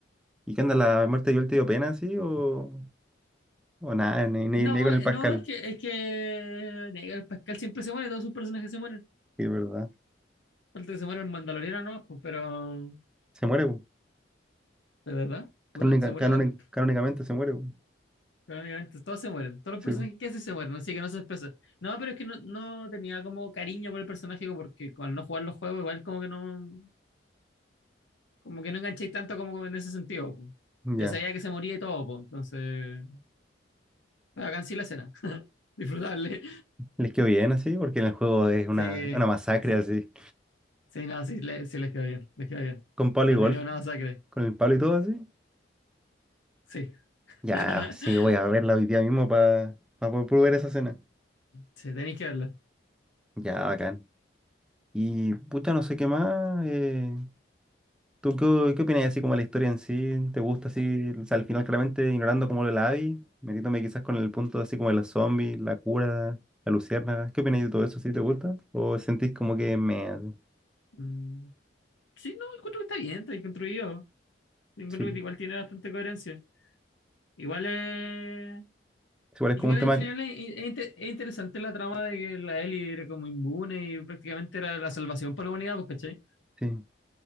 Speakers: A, in the centre; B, on the left.
A: ¿Y qué onda? ¿La muerte de Joel te dio pena, sí? ¿O, o nada? Ni, ni-
B: No,
A: ni con
B: eh,
A: el Pascal.
B: no, es que, es que nega, Pascal siempre se muere, todos sus personajes se mueren.
A: Sí, es verdad.
B: Falta que se muera el Mandaloriano nomás, pues, pero
A: Se muere, po.
B: de verdad,
A: Canónica-
B: puta, se murió
A: canóni-
B: también. pues.
A: canónicamente se muere, po.
B: Crónicamente, todos se mueren, todos los
A: Sí,
B: personajes
A: po.
B: que hace se mueren, así que no se expresa. No, pero es que no, no tenía como cariño por el personaje, como porque al no jugar los juegos, igual como que no, como que no enganchéis tanto como en ese sentido. pues.
A: Ya.
B: Ya sabía que se moría y todo, pues, entonces, pero acá en sí la escena, <laughs> disfrutarle.
A: Les quedó bien así, porque en el juego es una,
B: Sí,
A: una masacre
B: sí,
A: así.
B: sí, no, sí, le- sí les quedó bien, les quedó bien.
A: Con palo
B: También
A: y golf.
B: es una masacre,
A: Con el palo y todo así.
B: sí.
A: Ya,
B: <laughs>
A: sí, voy a verla hoy día mismo para poder probar esa escena.
B: sí, tenéis que verla.
A: Ya, bacán. Y puta, no sé qué más. eh, ¿tú qué, qué opinas así como de la historia en sí? ¿Te gusta así? O sea, al final claramente ignorando como lo de la Abby, metiéndome quizás con el punto así como de los zombies, la cura, la luciérnaga. ¿Qué opinas de todo eso? ¿Sí te gusta? ¿O sentís como que me... hace?
B: Mm, Sí, no, encuentro que está bien, está bien construido. Encuentro
A: Sí.
B: que igual tiene bastante coherencia. Igual es.
A: Igual es
B: Igual
A: como un tema...
B: en general
A: que-
B: es, es inte- es interesante la trama de que la Ellie era como inmune y prácticamente era la salvación para la humanidad, pues, ¿cachai?
A: Sí,